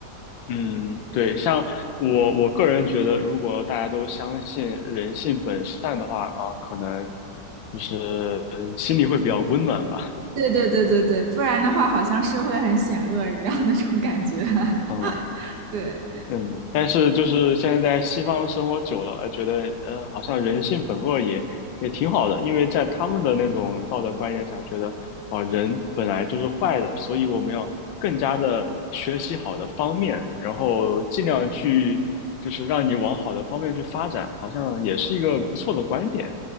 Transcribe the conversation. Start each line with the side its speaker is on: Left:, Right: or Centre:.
Left: 嗯，对，像我我个人觉得，如果大家都相信人性本善的话，啊，可能就是呃心里会比较温暖吧。
Right: 对对对对对，不然的话好像社会很险恶一样那种感觉，
Left: <laughs> 嗯。
Right: <laughs> 对。
Left: 嗯，但是就是现在在西方生活久了，呃，觉得呃，好像人性本恶也也挺好的，因为在他们的那种道德观念下，觉得啊，人本来就是坏的，所以我们要更加的学习好的方面，然后尽量去就是让你往好的方面去发展，好像也是一个不错的观点。